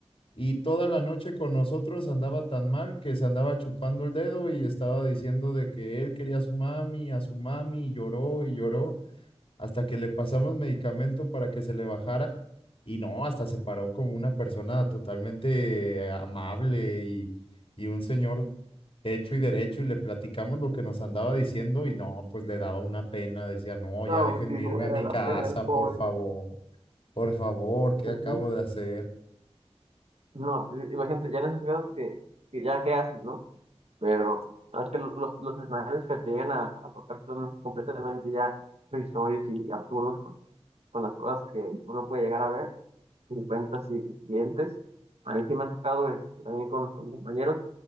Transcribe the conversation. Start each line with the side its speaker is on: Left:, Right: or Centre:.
Left: Y toda la noche con nosotros andaba tan mal que se andaba chupando el dedo y estaba diciendo de que él quería a su mami, a su mami, y lloró y lloró hasta que le pasamos medicamento para que se le bajara y no, hasta se paró como una persona totalmente amable y, y un señor hecho y derecho y le platicamos lo que nos andaba diciendo y no, pues le daba una pena, decía, no, ya
Right: no,
Left: déjenme
Right: pues sí, se
Left: irme
Right: voy
Left: a
Right: a
Left: mi
Right: dar la
Left: casa,
Right: pena, el pobre.
Left: por favor, por favor, ¿qué
Right: Ujú.
Left: acabo de hacer?
Right: No, sí, imagínate, ya en esos casos que, que ya qué haces, ¿no? Pero no, es que los, los escenarios que te llegan a, a tocar son completamente ya risorios y absurdos con, con las cosas que uno puede llegar a ver, en cuentas y clientes. A mí sí me ha tocado este, también con, con compañeros